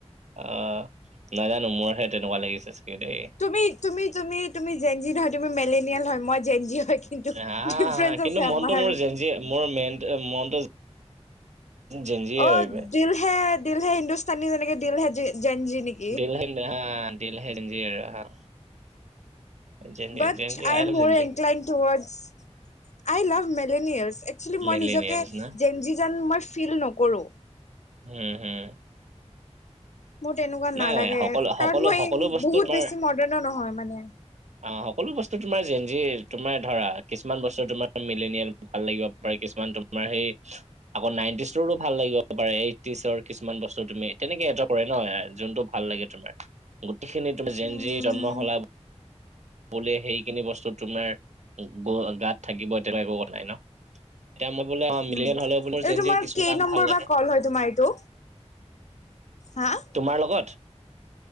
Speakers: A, on the right; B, on the left.
A: অ', নাজানোঁ মোৰহে তেনেকুৱা লাগিছে চাগে দেই',
B: তুমি- তুমি- তুমি- তুমি, জেন জী নহয় তুমি মেলেনিয়াল হয় মই জেন জী হয়', কিন্তু
A: আৰে, হা-অঅ',
B: ডিফাৰেন্ঞ্চ
A: কিন্তু
B: আছে
A: মনটো
B: আমাৰ
A: মোৰ জেন জী, মোৰ মেন', ত মনটো, জেন জীয়ে
B: অ
A: হয় বে',
B: দিল হে', দিল হে হিন্দুস্তানী যেনেকে দিল হে জেন জী নেকি?
A: দিল হে না‌ দিল হে জেন জীৰ হা', জেঞ্জি
B: বাট
A: জেঞ্জি
B: আই এম
A: লাভ
B: মোৰ
A: জেঞ্জি।
B: ইনক্লাইণ্ড টোৱাৰ্ডছ', আই লাভ মেলেনিয়াৰছ, একচুৱেলি মই
A: মিলেনিয়েলছ
B: নিজকে
A: না
B: জেন জী যেন মই ফিল নকৰোঁ',
A: হম', হুম',
B: মোৰ তেনেকুৱা নালাগে
A: নাই সকলো
B: কাৰণ
A: সকলো
B: মই
A: সকলো বস্তু
B: বহুত
A: তোমাৰ
B: বেছি মডাৰ্ণো নহয় মানে',
A: অ', সকলো বস্তু তোমাৰ জেন জী'ৰ তোমাৰ ধৰা কিছুমান বস্তু তোমাৰ মিলেনিয়াৰ', ভাল লাগিব পাৰে কিছুমান তোমাৰ সেই', আকৌ নাইনটিজৰো ভাল লাগিব পাৰে এইটিচৰ কিছুমান বস্তু তুমি তেনেকে এটা', কৰে ন', যোনটো ভাল লাগে তোমাৰ গোটেইখিনি তুমি জেন
B: উম
A: জী জন্ম হলা বু', বোলে, সেইখিনি বস্তু তোমাৰ গ, গাত থাকিব তেনেকে হোৱা নাই ন', এতিয়া মই বোলে অ', মিলেনিয়াৰ
B: উম
A: হলেও বোলে
B: এইটো
A: জেন
B: তোমাৰ
A: জী'ৰ কিছুমান
B: কেই
A: কাম
B: নম্বৰ
A: ভাল লাগে',
B: বা কল হয় তোমাৰ এইটো? হা',
A: তোমাৰ লগত?